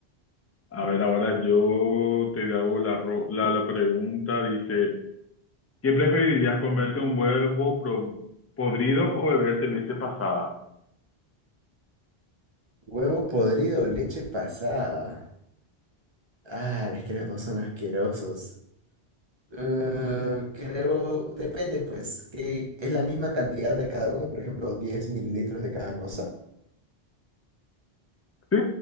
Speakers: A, on the left (about 20°); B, on the right (about 30°).
A: A ver, ahora yo te hago la, ro- la, la pregunta. Dice, ¿Qué preferirías, comerte un huevo pro- podrido o beberte leche pasada?
B: Huevo podrido, leche pasada. Ah, es que los dos son asquerosos. Eh, creo, depende pues, que es la misma cantidad de cada uno, por ejemplo, diez mililitros de cada cosa.
A: Sí,